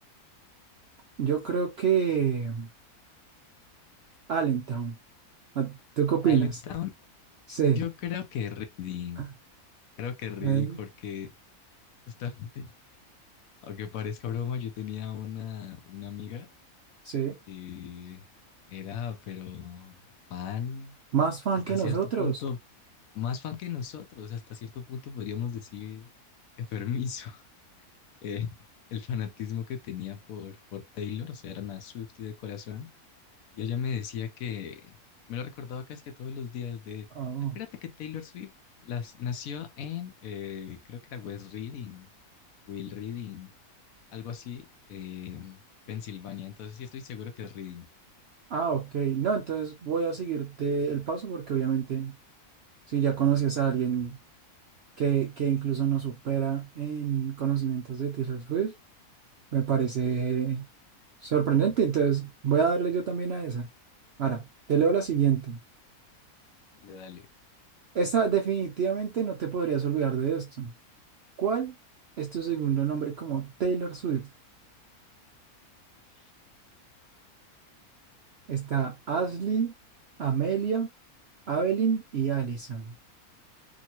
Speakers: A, on the right; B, on the left.
A: Yo creo que Allentown. Ah, ¿Tú qué opinas?
B: Allentown,
A: Sí.
B: yo creo que Reading.
A: Ah,
B: Creo que Reading
A: eh,
B: porque... Justamente Aunque parezca broma, yo tenía una, una amiga
A: Sí.
B: que era, pero fan,
A: ¿Más fan
B: hasta
A: que nosotros?
B: cierto punto, más fan que nosotros, hasta cierto punto podríamos decir enfermizo. <laughs> Eh, el fanatismo que tenía por, por Taylor, o sea, era una Swiftie de corazón. Y ella me decía que, me lo recordaba casi que todos los días de,
A: Oh.
B: acuérdate que Taylor Swift las, nació en, eh, creo que era West Reading, Will Reading algo así, eh, Pensilvania. Entonces sí estoy seguro que es Reading.
A: Ah, ok. No, entonces voy a seguirte el paso porque obviamente si ya conoces a alguien que, que incluso nos supera en conocimientos de Taylor Swift, me parece sorprendente.
B: Entonces,
A: Entonces voy a darle yo también a esa. Ahora, te leo la siguiente.
B: de Dale.
A: Esta definitivamente no te podrías olvidar de esto. ¿Cuál es tu segundo nombre como Taylor Swift?
B: Uy.
A: Está Ashley, Amelia, Evelyn y Allison.